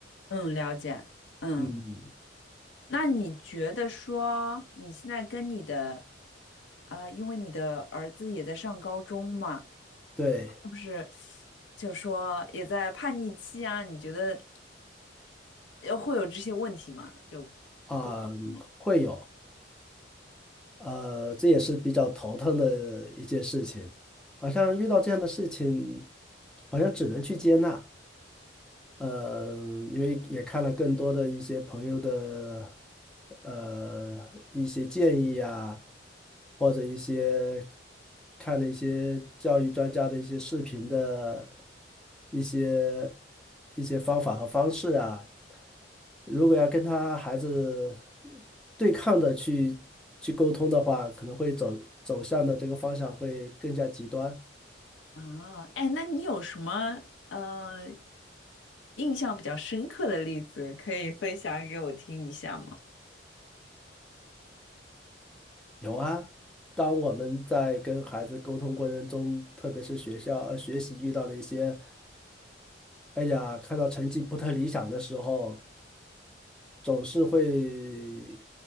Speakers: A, on the left (about 70°); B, in the centre.
A: 嗯了解？嗯，
B: 嗯，
A: 那你觉得说你现在跟你的呃，因为你的儿子也在上高中嘛？
B: 对，
A: 是不是就是说也在叛逆期啊？你觉得呃会有这些问题吗？就
B: 啊，
A: 沟通方面
B: 会有，呃，这也是比较头疼的一件事情。好像遇到这样的事情，好像只能去接纳。嗯，因为也看了更多的一些朋友的呃一些建议啊，或者一些看了一些教育专家的一些视频的一些一些方法和方式啊，如果要跟他孩子对抗的去去沟通的话，可能会走走向的这个方向会更加极端。
A: 啊，哎，那你有什么呃印象比较深刻的例子可以分享给我听一下吗？
B: 有啊，当我们在跟孩子沟通过程中，特别是学校呃学习遇到了一些，哎呀，看到成绩不太理想的时候，总是会